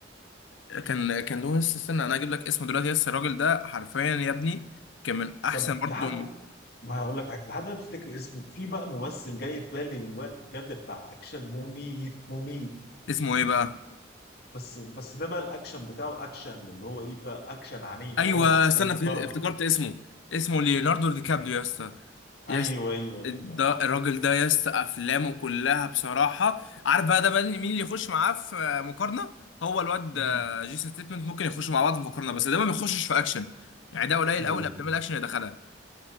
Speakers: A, on the left (about 80°); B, on the left (about 55°).
A: كان كان لويس استنى انا اجيب لك اسمه دلوقتي يس الراجل ده حرفيا يا ابني كان من احسن
B: طب
A: برضو
B: لحد ما هقول لك حاجه لحد ما تفتكر اسمه في بقى ممثل جاي في بالي دلوقتي بجد بتاع اكشن مميت مميت
A: اسمه ايه بقى
B: بس بس ده بقى الاكشن بتاعه اكشن اللي هو ايه بقى اكشن عنيف
A: ايوه
B: عنف
A: استنى
B: فاهم
A: فهمت-
B: ضرب
A: افتكرت اسمه اسمه ليوناردو دي كابريو يا اسطى يس
B: ايوه ايوه ايوه
A: ده الراجل ده يا اسطى افلامه كلها بصراحه عارف بقى ده بقى مين اللي يخش معاه في مقارنه هو الواد
B: مين
A: آه، جيسون ستيتمنت ممكن يخشوا مع بعض في مقارنه بس ده ما بيخشش في اكشن يعني ده قليل
B: أيوة.
A: قوي الافلام الاكشن اللي دخلها